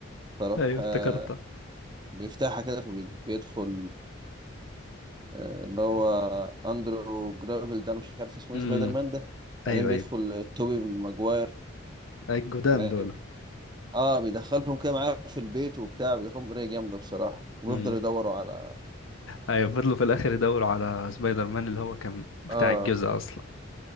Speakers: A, on the right; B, on the left.
A: فروح
B: ايوه
A: آه
B: افتكرتها
A: بيفتحها كده فبيدخل آه، اللي هو اندرو جرافيل ده انا مش عارف اسمه
B: امم
A: ايه سبايدر مان ده بعدين
B: ايوه
A: بيدخل
B: ايوه
A: توبي ماجواير
B: الجدام
A: فاهم
B: دول
A: اه بيدخلهم كده معاه في البيت وبتاع بيدخلهم بطريقه جامده بصراحه وبيفضلوا
B: امم
A: يدوروا على
B: ايوه فضلوا في الاخر يدوروا على سبايدر مان اللي هو كان بتاع
A: اه
B: الجزء اصلا